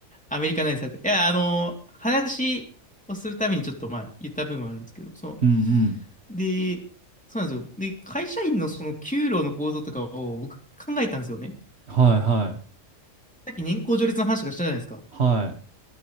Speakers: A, in the centre; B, on the right (about 55°).
A: アメリカなイですいや、あの、話をするためにちょっとまあ言った部分はあるんですけど、そ
B: うん
A: う。で、そうなんですよ。で、会社員のその給料の構造とかを僕考えたんですよね。
B: うん。はいはい。
A: さっき年功序列の話とかしたじゃないですか。だか
B: はい。